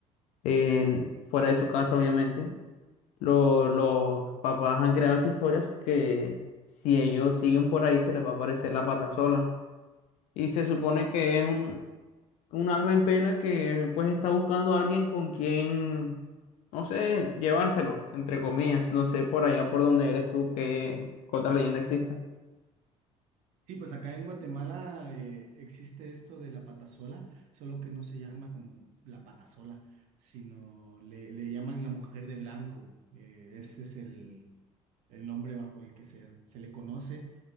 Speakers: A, on the left; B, on the right.
A: en- fuera de su casa obviamente, lo- los papás han creado estas historias que si ellos siguen por ahí se les va a aparecer la pata sola. Y se supone que es un, un alma en pena que pues está buscando a alguien con quien, no sé, llevárselo, entre comillas. No sé por allá por donde eres tú que otra leyenda exista.
B: Sí, pues acá en Guatemala eh, existe esto de la patasola, solo que no se llama como la patasola, sino le, le llaman la mujer de blanco. eh, ese es el, el nombre bajo el que se, se le conoce.